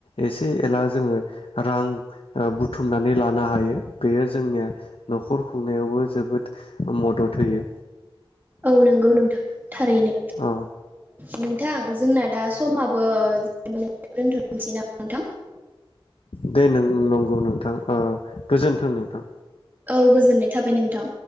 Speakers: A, on the left; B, on the right.
A: एसे एला जोङो रां ओ बुथुमनानै लानो हायो बेयो जोंनिया नखर खुंनायावबो जोबोद मदद होयो
B: औ नोंगौ नोंथां थारैनो।
A: ओ
B: नोंथां जोंना दा समाबो <unintelligible> दोनथ' मिथि न मोनथां
A: दे नों नं- गौ नोंथां ओह गोजोन्थों नोंथां।
B: औ गोजोननाय थाबाय नोंथां।